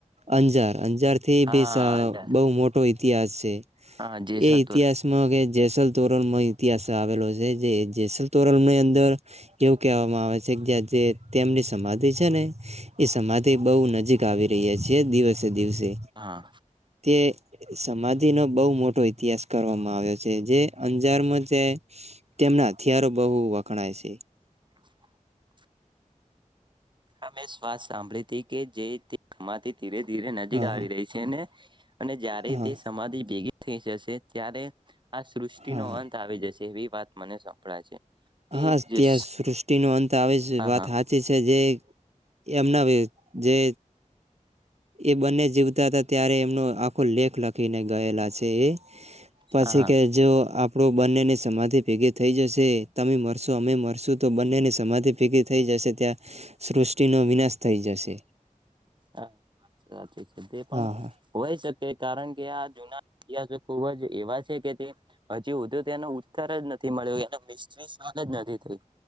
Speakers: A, on the right; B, on the right.
A: અંજાર અંજાર થી
B: હા
A: બી સ બહુ મોટો ઇતિહાસ છે
B: હા જેસલતોર
A: એ ઇતિહાસમાં કે જેસલ તોરલમાં ઇતિહાસ આવેલો છે જે જેસલ તોરલ ની અંદર એવું કહેવામાં આવે છે જે જે તેમની સમાધિ છે ને એ સમાધિ બહુ નજીક આવી રહી છેીએ દિવસે દિવસે
B: હા
A: તે સમાધિ નો બઉ મોટો ઇતિહાસ કરવામાં આવ્યો છ છે જે અંજારમાં જે તેમના હથિયારો બહુ વખણાય છે
B: <inaudible> હમે શ્વાસ સાંભળી કે જેય ક્માતી ધીરે ધીરે નજીક
A: હ
B: આવી
A: હ
B: રહી છે ને <inaudible> અને જય્યારે
A: હા
B: તે સમાધિ ભેગી થઈ જશે ત્યારે આ સૃષ્ટિ
A: હા
B: નો અંત આવી જશે એ વાત મને સંપળાય છે તે
A: હાાસ
B: એક જસ
A: ત્યા સૃષ્ટિ ન અંત બતા આવે છે
B: હા
A: વાત
B: હા
A: હાચી છે જે એમના વિ જે એ બંને જીવતા હતા ત્યારે એમનો આખો લેખ લખીને ગયેલા છે એ પછી
B: હા હા
A: કે જો <unintelligible> બંનેને સમાઘી ભેગે થઈ જશે. તમે મરશો અમે મરશું તો બંનેની સમાધિ ફીગી થઈ જશે ત્યાં સૃષ્ટિનો વિનાશ થઈ જશે.
B: <unintelligible> તે પણ
A: હા હા
B: હોય શકે કારણ કે આ જૂના ઇતિહાસ ખુબ જ એવા છે કે તે હજી ઉ તેનો ઉત્તર જ નથી મળ્યો. મિસ્ત્રી સ્વાગ જ નથી થઈ